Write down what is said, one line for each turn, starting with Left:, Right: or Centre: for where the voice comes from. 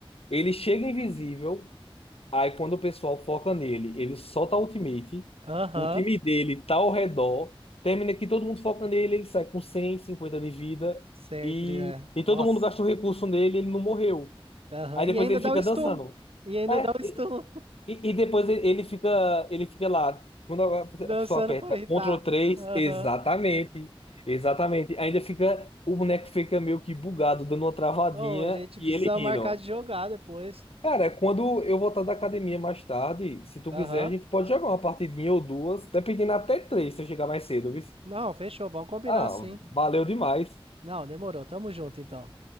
Left: ele chega invisível, Aí quando o pessoal foca nele, ele solta a ultimate,
Right: Aham.
Left: o time dele tá ao redor, termina que todo mundo foca nele, ele sai com 150 de vida
Right: Sempre
Left: e,
Right: é.
Left: e todo
Right: Nossa.
Left: mundo gastou recurso nele, ele não morreu.
Right: Aham.
Left: Aí
Right: E
Left: depois
Right: ainda
Left: ele
Right: dá
Left: fica
Right: o stun.
Left: dançando.
Right: E ainda
Left: É,
Right: dá o stun.
Left: e,
Right: <laughs>
Left: e e depois ele ele fica, ele fica lá. Quando a a
Right: Dançando
Left: pessoa aperta
Right: pra irritar.
Left: Ctrl três
Right: Aham.
Left: exatamente. Exatamente. Ainda fica, o boneco fica meio que bugado, dando uma travadinha
Right: Oh, a gente
Left: e
Right: precisa
Left: ele rindo.
Right: marcar de jogar depois.
Left: Cara, é quando eu voltar da academia mais tarde, se tu
Right: Aham.
Left: quiser, a gente pode jogar uma partidinha ou duas, dependendo até três, se eu chegar mais cedo, viu?
Right: Não, fechou. Vamos combinar
Left: Ah,
Right: sim.
Left: valeu demais.
Right: Não, demorou. Tamo junto então.